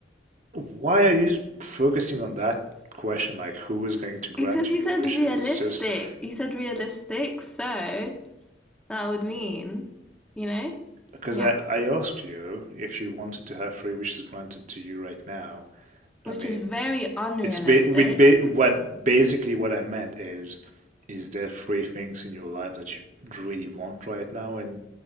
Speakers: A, on the right; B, in the centre.
A: why are you focusing on that question? Like, who is going to grant
B: Because you
A: you your
B: said
A: wishes?
B: realistic.
A: It's just
B: You said realistic, so that would mean, you know?
A: Because
B: Yeah.
A: I, I asked you if you wanted to have three wishes granted to you right now.
B: Which
A: I mean,
B: is very unrealistic.
A: it's ba- with ba- what basically what I meant is, is there three things in your life that you really want right now? And